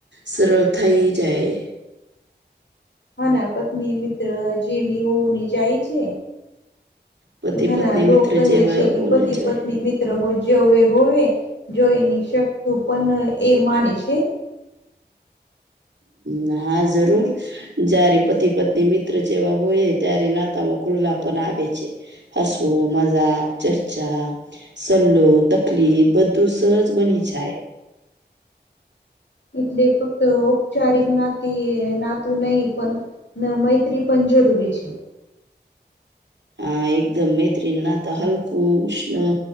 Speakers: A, on the right; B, on the left.
A: સરળ થઈ જાય.
B: હા ના પત્ની મિત્ર જેવી હોવુંની જાય છે.
A: પતિ
B: ઘણા
A: પત્ની
B: લોકો
A: મિત્ર જેવા
B: કહે છે કે
A: હોને
B: પતિ
A: જોઈએ
B: પત્ની મિત. મિત્ર જોવે હોવે જોઈ ન શકતું પણ એ માને છે.
A: હ હા જરૂર. જયારે પતિ પત્ની મિત્ર જેવા હોય ત્યારે નાતામાં ખુલ્લા પણ આવે છે. હસવું મજાક ચર્ચા સલ્લો તકલીફ બધું સહજ બની જાય.
B: એટલે ફક્ત ઔપચારિક નાતી નાતું નહીિ પણ ના મૈત્રી પણ જરૂરી છે
A: આ એકદમ મૈત્રી નાતા હલકું ઉષ્ણ